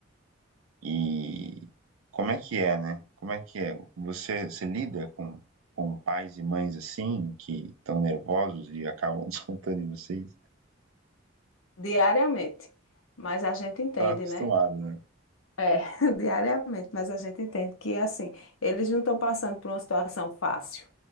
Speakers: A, on the right; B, on the left.
A: E como é que é, né? Como é que é? Você, você lida com, com pais e mães assim, que estão nervosos e acabam <laughs> descontando em vocês?
B: diariamente. Mas a gente entende,
A: Tá acostumado,
B: né?
A: né?
B: É, <laughs> diariamente, mas a gente entende que, assim, eles não estão passando por uma situação fácil.